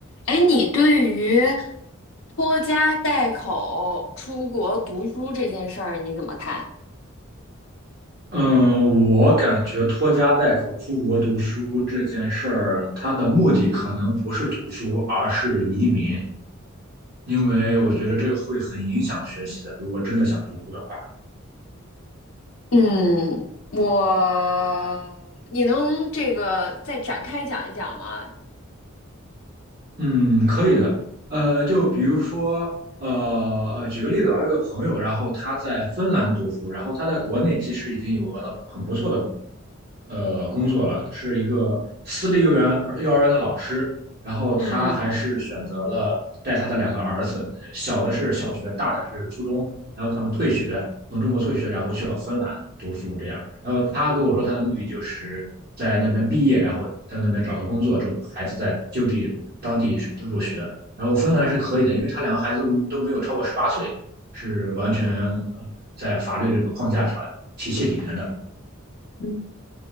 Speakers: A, on the left; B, on the right.
A: 哎，你对于拖家带口出国读书这件事儿你怎么看？
B: 嗯，我感觉拖家带口出国读书这件事儿，它的目的可能不是读书，而是移民，因为我觉得这个会很影响学习的。如果真的想读书的话。
A: 嗯，我，你能这个再展开讲一讲吗？
B: 嗯，可以的。呃，就比如说，呃呃，举个例子吧，我有个朋友，然后他在芬兰读书，然后他在国内其实已经有了很不错的呃工作了，是一个私立幼儿园幼儿园的老师。然后他还是选择了带他的两个儿子，
A: 嗯，
B: 呃小的是小学，大的是初中。然后他们退学，从中国退学，然后去了芬兰读书，这样。然后他跟我说他的目的就是在那边毕业，然后在那边找到工作之后，孩子在就地当地入学。然后芬兰是可以的，因为他两个孩子都没有超过十八岁，是完全呃在法律这个框架条体系里面的。
A: 嗯，